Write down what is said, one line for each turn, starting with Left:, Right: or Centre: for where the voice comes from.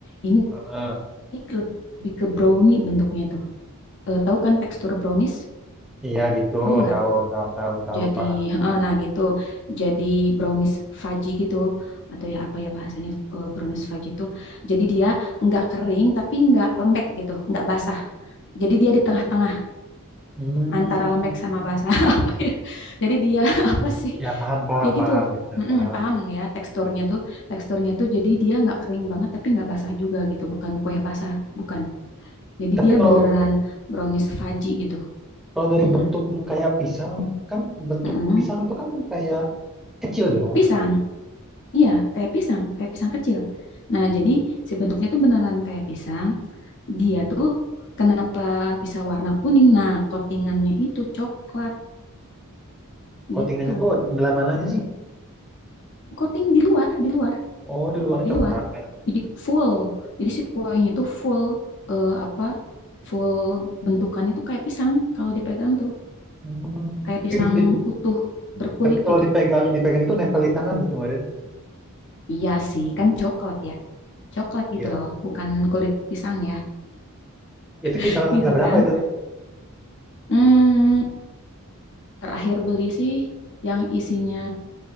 Left: Ini
Centre: Heeh.
Left: Ini lebih ke brownie bentuknya tuh. Eh, tahu kan tekstur brownies?
Centre: Iya gitu,
Left: Tahu nggak?
Centre: tahu tahu tahu tahu
Left: Jadi,
Centre: paham.
Left: eh, nah gitu. Jadi brownies fudgy gitu. Atau ya apa ya bahasanya eh, brownies fudgy itu. Jadi dia nggak kering tapi nggak lembek gitu. Nggak basah. Jadi dia di tengah-tengah
Centre: Hmm,
Left: antara lembek sama basah. <laughs> Apa ya? Jadi dia <laughs> apa sih?
Centre: ya paham paham
Left: Ya gitu.
Centre: paham gitu ya
Left: Mm-mm,
Centre: paham.
Left: paham ya teksturnya tuh. Teksturnya tuh jadi dia nggak kering banget tapi nggak basah juga gitu. Bukan kue basah. Bukan. Jadi
Centre: Tapi
Left: dia
Centre: kalau
Left: beneran brownies fudgy gitu.
Centre: kalau dari
Left: Mm-mm.
Centre: bentuk yang kayak pisang kan bentuk
Left: Mm-mm.
Centre: pisang tuh kan kayak kecil dong.
Left: Pisang. Iya, kayak pisang, kayak pisang kecil. Nah, jadi si bentuknya tuh beneran kayak pisang. Dia tuh kenapa bisa warna kuning? Nah, coatingannya itu coklat
Centre: Coatingannya
Left: gitu.
Centre: tuh dalam mananya sih?
Left: Coating di luar, di luar,
Centre: Oh, di luarnya
Left: di
Centre: coklat.
Left: luar. Jadi full. Jadi si kuahnya tuh full eh, apa? Full bentukannya tuh kayak pisang kalau dipegang tuh
Centre: Hmm,
Left: kayak pisang
Centre: tapi bisa di,
Left: utuh berkulit
Centre: tapi kalau
Left: gitu.
Centre: dipegang dipegang itu nempel di tangan gitu kemarin.
Left: Iya sih, kan coklat ya. coklat
Centre: Iya.
Left: gitu loh, bukan kulit pisang ya,
Centre: Itu
Left: <laughs>
Centre: kisaran harga
Left: gitu
Centre: berapa
Left: kan.
Centre: itu teh?
Left: Hmm, terakhir beli sih yang isinya